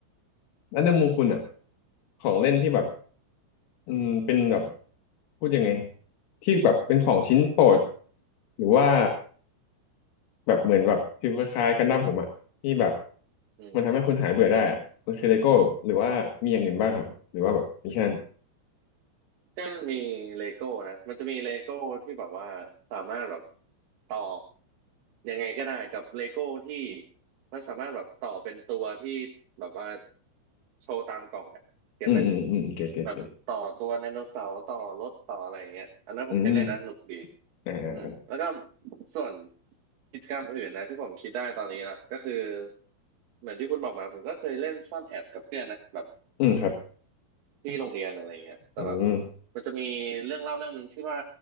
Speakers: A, on the left (about 80°); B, on the right (about 65°).
A: แล้วในมุมคุณอ่ะของเล่นที่แบบอืมเป็นแบบพูดยังไงที่แบบเป็นของชิ้นโปรดหรือว่าแบบเหมือนแบบฟิลคล้ายๆกันดั้มผมอ่ะที่แบบ
B: ืม
A: มันทำให้คุณหายเบื่อได้อ่ะมันคือเลโก้หรือว่ามีอย่างอื่นบ้างครับหรือว่าแบบมีแค่นั้น
B: ก็มีเลโก้นะมันจะมีเลโก้ที่แบบว่าสามารถแบบต่อยังไงก็ได้กับเลโก้ที่มันสามารถแบบต่อเป็นตัวที่แบบว่าโชว์ตามกล่องอ่ะเก็ตไหม
A: อืมอืมอืมเก็ตเก็ตเก็ต
B: แบบต่อตัวไดโนเสาร์ต่อรถต่ออะไรอย่างเงี้ยอันนั้นผมเคยเล่นนะสนุกดี
A: อืมอ่าอ่าอ่า
B: อืมแล้วก็ส่วนกิจกรรมอื่นนะที่ผมคิดได้ตอนนี้ละก็คือเหมือนที่คุณบอกมาผมก็เคยเล่นซ่อนแอบกับเพื่อนนะแบบ
A: อืมครับ
B: ที่โรงเรียนอะไรเงี้ยแต่แบบ
A: อืม
B: มันจะมีเรื่องเล่าเรื่องหนึ่งที่ว่า